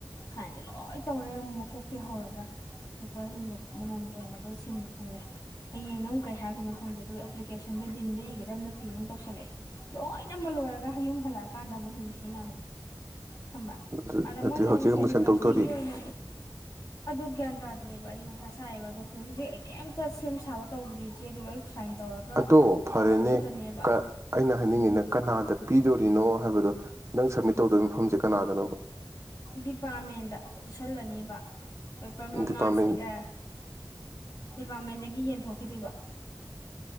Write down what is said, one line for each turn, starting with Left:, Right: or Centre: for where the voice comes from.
Left: ꯁꯥꯏꯟꯗꯤ ꯂꯣꯏ ꯇꯧꯔꯦ ꯃꯀꯣꯛꯇꯤ ꯍꯧꯔꯒ ꯄꯦꯄꯔꯁꯤꯡꯗꯣ ꯑꯃꯃꯝꯇꯣ ꯑꯣꯏꯅꯗꯣ ꯁꯤꯟ ꯐꯨꯔꯦ ꯍꯌꯦꯡ ꯅ ꯑꯃꯨꯛ ꯀꯩ ꯍꯥꯏꯗꯣꯏꯅꯣ ꯈꯪꯗꯦ ꯑꯗꯨꯒ ꯑꯦꯄ꯭ꯂꯤꯀꯦꯁꯟꯗꯣ ꯗꯤꯟꯗ ꯏꯒꯗꯕ ꯅꯠꯇꯦ ꯑꯃꯨꯛ ꯇꯧꯁꯤꯜꯂꯛꯑꯦ ꯂꯣꯏꯅꯃꯛ ꯂꯣꯏꯔꯒ ꯍꯌꯨꯝ ꯍꯜꯂꯛ ꯀꯥꯟꯗ ꯑꯃꯨꯛ ꯍꯨꯖꯤꯛꯁꯤꯅ ꯑꯃꯨꯛ ꯊꯝꯕ꯭ꯔ
Right: ꯑꯗꯨ
Left: ꯑꯗ ꯃꯣꯏꯅ
Right: ꯑꯗꯨ ꯍꯧꯖꯤꯛ
Left: ꯑꯩꯅ
Right: ꯑꯃꯨꯛ
Left: ꯌꯨꯅꯤꯚꯔꯁꯤꯇꯤꯒꯤ
Right: ꯁꯦꯝꯗꯣꯛꯇꯣꯔꯤ
Left: ꯑꯣꯏꯅ ꯑꯗꯨ ꯒ꯭ꯌꯥꯟ ꯇꯥꯗ꯭ꯔꯦꯕ ꯑꯩ ꯃꯊꯥ ꯁꯥꯏꯦꯕ ꯑꯗꯣ ꯍꯧꯖꯤꯛ ꯍꯧꯖꯤꯛ ꯑꯩ ꯀꯩꯝꯇ ꯁꯦꯝ ꯁꯥꯕ ꯇꯧꯗ꯭ꯔꯤꯕꯦ ꯑꯗꯨ ꯂꯣꯏ ꯁꯥꯏꯟ ꯇꯧꯔꯒ
Right: ꯑꯗꯣ
Left: ꯄꯨꯔꯛꯄ
Right: ꯐꯔꯦꯅꯦ
Left: ꯈꯛꯇꯅꯦꯕ
Right: ꯑꯩꯅ ꯍꯥꯏꯅꯤꯡꯉꯤꯅ ꯀꯅꯥꯗ ꯄꯤꯗꯣꯔꯤꯅꯣ ꯍꯥꯏꯕꯗꯣ ꯅꯪ ꯁꯞꯃꯤꯠ ꯇꯧꯗꯣꯏ ꯃꯐꯝꯁꯦ ꯀꯅꯥꯗꯅꯣꯕ
Left: ꯗꯤꯄꯥꯔꯠꯃꯦꯟꯗ ꯄꯤꯁꯜꯂꯅꯤꯕ ꯄꯦꯄꯔ ꯃꯉꯥꯁꯦ
Right: ꯗꯤꯄꯥꯔꯠꯃꯦꯟ
Left: ꯑ ꯗꯤꯄꯥꯔꯠꯃꯦꯟꯗꯒꯤ ꯌꯦꯟꯊꯣꯛꯈꯤꯗꯣꯏꯕ